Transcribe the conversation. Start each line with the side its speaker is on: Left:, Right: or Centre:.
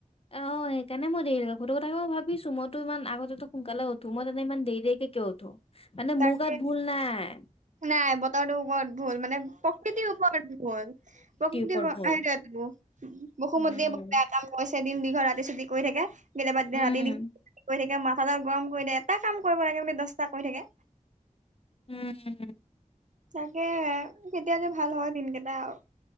Left: অ সেইকাৰণে মই দেৰিলেকে শুই থাকো মই তাকে ভাবিছো মইতো ইমান আগতেতু মই সোনকালে উঠো মই তে ইমান দেৰি-দেৰি কে তে উঠো মানে
Right: তাকে
Left: মো গাত ভুল নাই
Right: নাই বতৰটোৰ ওপৰত ভুল মানে প্ৰকৃতিৰ ওপৰত ভুল প্ৰকৃতিৰ
Left: ওপৰত
Right: সেইটোৱে
Left: ভুল
Right: তু <unintelligible> বসুমতীয়ে
Left: উম
Right: বহুত বেয়া কাম কৰিছে ৷ সেইদিন দীঘল ৰাতি ছুটি কৰি থাকে কেতিয়াবা দি
Left: উম
Right: ৰাতি <unintelligible> কৰি থাকে মা <unintelligible> <unintelligible> গৰম কৰি দে এটা কাম কৰিব লাগে দহটা কৰি থাকে।
Left: উম!
Right: তাকে কেতিয়া যে ভাল হয় দিনকেইটা ৷